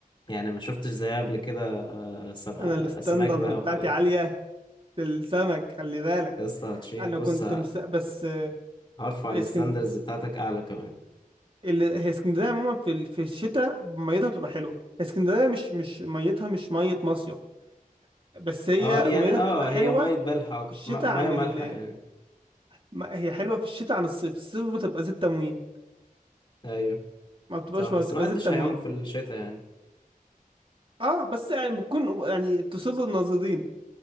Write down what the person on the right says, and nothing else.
انا الستاندرد
بتاعتي
عاليه في السمك خلي بالك
انا
كنت مس... بس آه،
اسكند...
ال- هي اسكندريه عموما في ال- في الشتاء ميتها بتبقى حلوه اسكندريه مش مش ميتها مش ميه مصيف بس هي
ميتها
بتبقى حلوه
في
الشتاء
عن
ال...
ما- هي حلوه في الشتاء عن الصيف الصيف بتبقى زيت تموين
ما بتبقاش
ما بتبقى
زيت تموين
اه بس يعني بتكون يعني تصل الناظرين